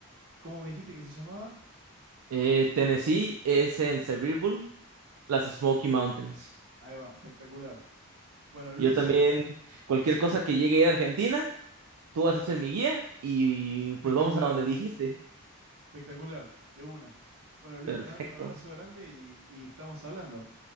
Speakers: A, on the right; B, on the right.
A: ¿Cómo me dijiste que se llamaba?
B: Eh, Tennessee es en Sevierville, las Smoky Mountains.
A: Ahí va, espectacular. Bueno, Luis,
B: Yo también, cualquier
A: decime,
B: cosa que llegue a ir a Argentina, tú vas a ser mi guía y
A: espectacular,
B: pues vamos a donde dijiste.
A: espectacular, de una. Bueno, Luis,
B: Perfecto.
A: te mando un abrazo grande y, y estamos hablando.